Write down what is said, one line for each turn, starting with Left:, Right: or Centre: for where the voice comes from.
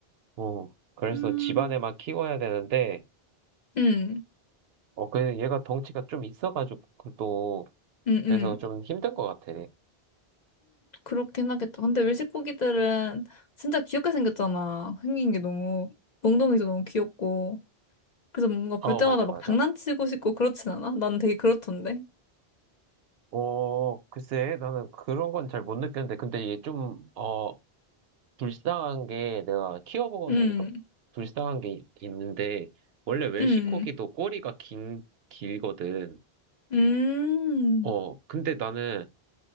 Right: 어, 그래서
Left: 음.
Right: 집안에만 키워야 되는데,
Left: 응,
Right: 어, 그 얘가 덩치가 좀 있어가지고, 또,
Left: 응,
Right: 그래서
Left: 응.
Right: 좀 힘든 것 같아.
Left: 그렇긴 하겠다. 근데 외식 고기들은 진짜 귀엽게 생겼잖아. 생긴 게 너무, 몽둥이도 너무 귀엽고. 그래서 뭔가 볼
Right: 어,
Left: 때마다
Right: 맞아,
Left: 막
Right: 맞아.
Left: 장난치고 싶고 그렇진 않아? 난 되게 그렇던데.
Right: 어, 글쎄, 나는 그런 건 잘 못 느꼈는데, 근데 얘 좀, 어, 불쌍한 게, 내가 키워보고
Left: 음,
Right: 나니까 불쌍한 게 있는데, 원래 웰시코기도
Left: 음,
Right: 꼬리가 긴, 길거든.
Left: 음,
Right: 어, 근데 나는,